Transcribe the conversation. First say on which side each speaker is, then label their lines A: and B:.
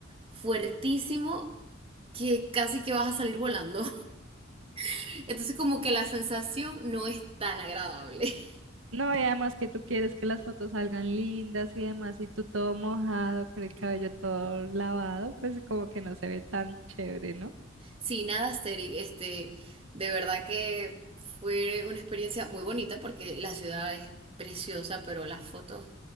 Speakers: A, on the right (about 30°); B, on the right (about 80°).
A: fuertísimo que casi que vas a salir volando. <laughs> Entonces como que la sensación no es tan agradable. <laughs>
B: No, y además que tú quieres que las fotos salgan lindas y demás, y tú todo mojado, con el cabello todo lavado, pues como que no se ve tan chévere, ¿no?
A: Sí, nada, Asteri, este, de verdad que fue una experiencia muy bonita porque la ciudad es preciosa, pero las fotos,